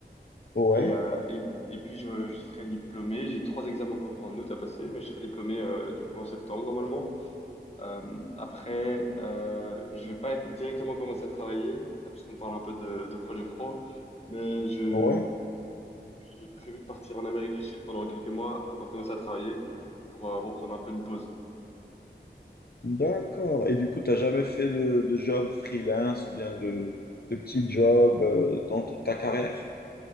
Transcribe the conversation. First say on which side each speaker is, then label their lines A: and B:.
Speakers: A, on the left; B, on the left.
A: ouais,
B: Et, euh, et, et puis je, je serai diplômé. J'ai trois examens encore en août à passer, mais je serai diplômé euh, du coup en septembre normalement. Euh, après, euh, je vais pas directement commencer à travailler, euh, puisqu'on parle un peu de, de projet pro, mais je,
A: ouais,
B: j'ai prévu de partir en Amérique du Sud pendant quelques mois avant de commencer à travailler pour, euh, pour prendre un peu une pause.
A: d'accord. Et du coup, t'as jamais fait de, de job freelance ou bien de, de petit job euh, dans toute ta carrière?